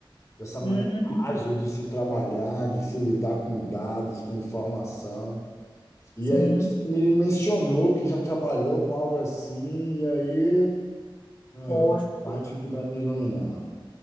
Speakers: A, on the left (about 35°); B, on the left (about 60°).
A: dessa
B: Hum,
A: maneira ágil de se trabalhar, de se lidar com dados, com informação. E
B: sim,
A: aí você me mencionou que já trabalhou com algo assim, e aí ah,
B: poxa.
A: eu acho que vai me iluminar.